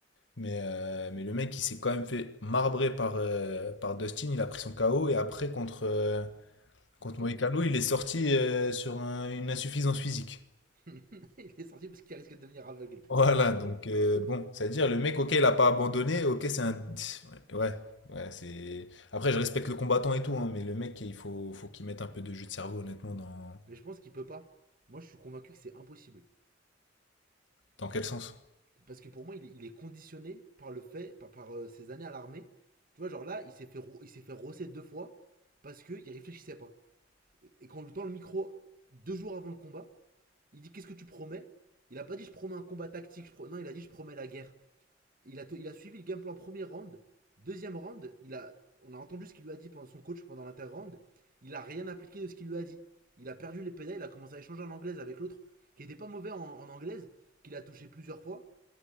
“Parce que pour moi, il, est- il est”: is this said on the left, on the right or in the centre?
Right